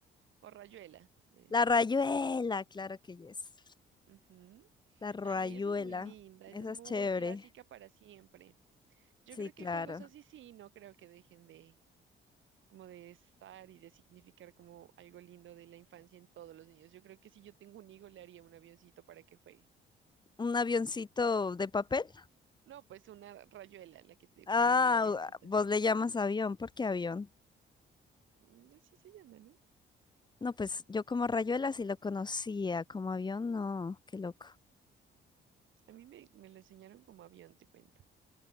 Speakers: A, on the right (about 75°); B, on the left (about 20°).
A: o rayuela. eh,
B: La rayuela, claro que es.
A: ujú.
B: La rayuela,
A: Ay, esa es muy linda, esa
B: esa
A: es muy
B: es chévere,
A: clásica para siempre. Yo
B: sí,
A: creo
B: claro.
A: que juegos así sí, no creo que dejen de como de estar y de significar como algo lindo de la infancia en todos los niños. Yo creo que si yo tengo un hijo le haría un avioncito para que juegue.
B: un avioncito de papel.
A: No, pues una rayuela, la que, te- digo
B: Ah,
A: que yo le digo avioncito.
B: vos le llamas avión, ¿por qué avión?
A: Mm, Así se llama, ¿no?
B: No, pues yo como Rayuela sí lo conocía, como avión no, qué loco.
A: A mí me, me lo enseñaron como avión, te cuento.